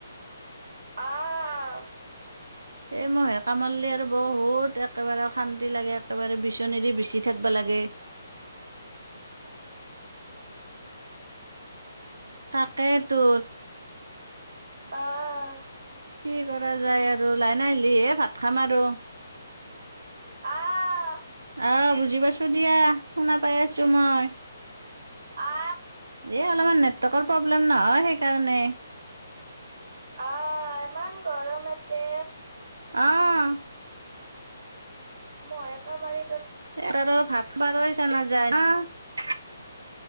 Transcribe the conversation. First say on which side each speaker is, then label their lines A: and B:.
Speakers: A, on the right; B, on the right.
A: আহ।
B: এ মহে কামাৰ্লি আৰু বহুত। একেবাৰে শান্তি লাগে, একেবাৰে বিচনীদি বিচি থাকিবা লাগে।
A: ব <inaudible>
B: তাকেতো।
A: আহ।
B: কি কৰা যায় আৰু লাইন আহিলি হ ভাত। খাম আৰু।
A: আহ।
B: আহ বুজি পাইছো দিয়া শুনা পাই আছো মই।
A: অঁ।
B: এই অলপমান নেটৱৰ্কৰ প্ৰব্লেম নহয় সেইকাৰণে
A: আহ ইমান। গৰম এতে।
B: অঁ।
A: মহে কামোৰে।
B: এবাৰৰ ভাত পাৰ জানা যায় ন।